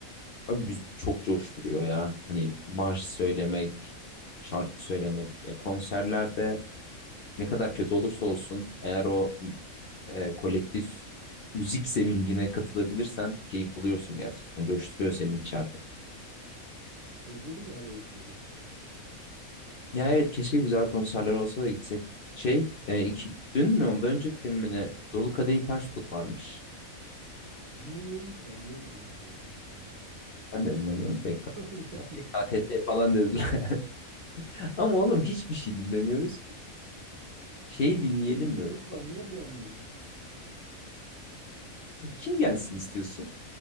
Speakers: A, on the left; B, on the right.
A: Abi biz- çok coşturuyor ya. Hani marş söylemek, şarkı söylemek. E, konserlerde ne kadar kötü olursa olsun eğer o e, kolektif müzik sevincine katılabilirsen keyif alıyorsun gerçekten. Coşturuyor senin içeride.
B: Özledim ya böyle şeyleri.
A: Ya evet keşke güzel konserler olsa da gitsek. Şey e, iki, dün mü ondan önceki gün mü ne? Dolu Kadehi Ters Tut varmış.
B: Dinlemiyorum ki ben niye gideyim onların konserine?
A: Ben de dinlemiyorum PK.
B: <laughs> Yani
A: PKTT falan dediler. <laughs> Ama oğlum hiçbir şey dinlemiyoruz. Şey dinleyelim
B: ne dinliyoruz
A: mi?
B: onlar
A: Bak,
B: gelmiyor.
A: <laughs> kim gelsin istiyorsun?